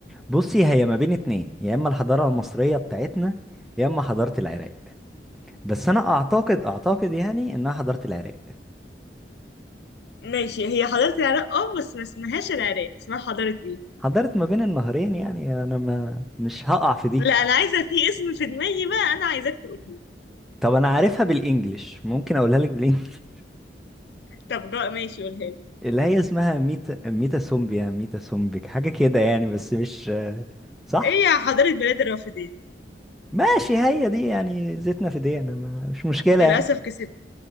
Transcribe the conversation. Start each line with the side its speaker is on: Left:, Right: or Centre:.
Centre: بصي هي ما بين اتنين يا إما الحضارة المصرية بتاعتنا يا إما حضارة العراق بس أنا أعتقد أعتقد يعني إنها حضارة العراق
Left: ماشي هي حضارة العراق اه بس ما اسمهاش العراق اسمها حضارة ايه
Centre: حضارة ما بين النهرين يعني أنا ما مش هقع في دي
Left: لا انا عايزة في اسم في دماغي بقى انا عايزاك تقولهولي
Centre: طب أنا عارفها بالإنجلش ممكن أقولها لك بالإنجلش
Left: طب جا ماشي قولها لي
Centre: <laughs> اللي هي اسمها ميتا ميتا سومبيا ميتا سومبك حاجة كده يعني بس مش صح
Left: ايه يا حضارة بلاد الرافدين
Centre: ماشي هي دي يعني زيتنا في دي أنا ما مش مشكلة
Left: للأسف
Centre: يعني.
Left: كسبت